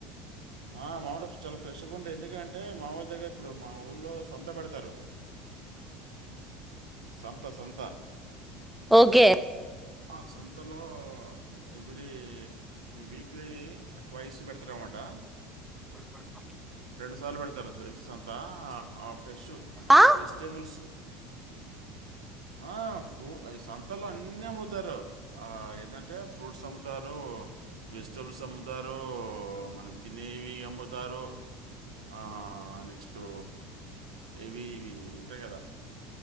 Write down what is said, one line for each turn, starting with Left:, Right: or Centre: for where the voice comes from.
Right: ఆ మామూలు చాలా ఫ్రై ఫ్రెష్గా ఉంటాయి ఎందుకంటే మా ఊళ్ళ దగ్గర ఇప్పుడు మా ఊళ్లో సంత పెడతారు సంత సంత
Centre: ఓకే
Right: ఆ సంతలో ఎవ్రీ వీక్లీ ట్వైస్ పెడతారన్నమాట
Centre: <unintelligible>
Right: రెండు సార్లు పెడతారు సంత ఆ ఫ్రెష్
Centre: ఆ
Right: వెజిటేబుల్స్
Centre: <unintelligible>
Right: ఆ ఫ్రూ సంతలు అన్నీ అమ్ముతారు ఏంటంటే ఫ్రూట్స్ అమ్ముతారు వెజిటేబుల్స్ అమ్ముతారు మన తినేవి అమ్ముతారు ఆ అ తో ఏవి ఇవి ఉంటాయి కదా